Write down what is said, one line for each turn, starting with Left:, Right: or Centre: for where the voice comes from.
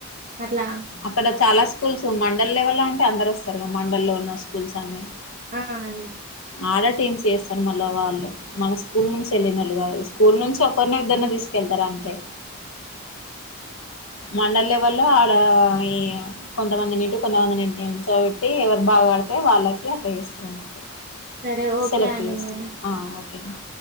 Right: అట్లా
Left: అక్కడ చాలా స్కూల్స్ మండల్ లెవెల్ లో ఉంటే అందరు వస్తారు కదా మండల్ లో ఉన్న స్కూల్స్ అన్ని
Right: ఆ అదే
Left: ఆర టీమ్స్ చేస్తారు మళ్ళ వాళ్ళు మన స్కూల్ నుంచి వెళ్ళినోళ్ళు గాదు స్కూల్ నుంచి ఒకరిని ఇద్దరిని తీసుకెళ్తారు అ అంతే మండల లెవెల్ లో ఆడ ఈ కొంతమందిని ఇటు కొంతమందిని ఇటు నిల్చోబెట్టి ఎవరు బాగా ఆడితే వాళ్ళకి అట్లా చేస్తారు అన్నమాట
Right: సరే ఓకే
Left: సెలెక్ట్
Right: అండి
Left: చేస్తారు
Right: మరి
Left: ఆ ఓకే అండి